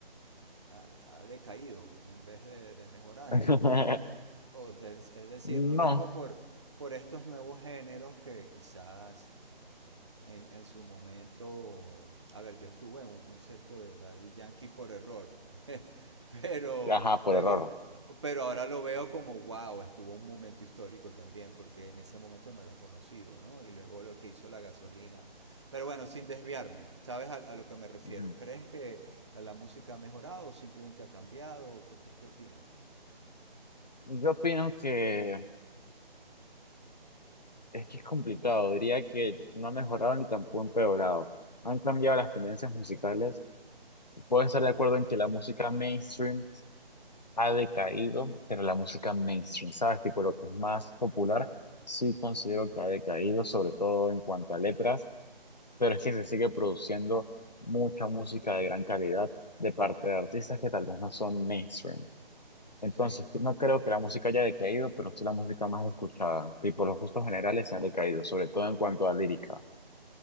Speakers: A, on the right; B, on the left.
A: ha- ha decaído en vez de, de mejorar?
B: <laughs>
A: <laughs> O, sea, o de- es decir,
B: No.
A: no lo digo por, por estos nuevos géneros que quizás en, en su momento, a ver, yo estuve en un concierto de Daddy Yankee por error, <laughs> pero
B: Ajá, por
A: luego,
B: error.
A: pero ahora lo veo como, wow, estuvo un momento histórico también, porque en ese momento no era conocido, ¿no? Y luego lo que hizo la gasolina. Pero bueno, sin desviarme, ¿sabes a, a lo que me refiero?
B: Ujú.
A: ¿Crees que la música ha mejorado o simplemente ha cambiado? ¿Qué, pi- qué opinas?
B: Yo opino que es que es complicado. Diría que no ha mejorado ni tampoco empeorado. Han cambiado las tendencias musicales Voy a estar de acuerdo en que la música mainstream ha decaído, pero la música mainstream, ¿sabes? Tipo lo que es más popular, sí considero que ha decaído, sobre todo en cuanto a letras, pero es que se sigue produciendo mucha música de gran calidad de parte de artistas que tal vez no son mainstream. Entonces,
A: Sí.
B: no creo que la música haya decaído, pero sí la música más escuchada. Tipo, los gustos generales se han decaído, sobre todo en cuanto a lírica.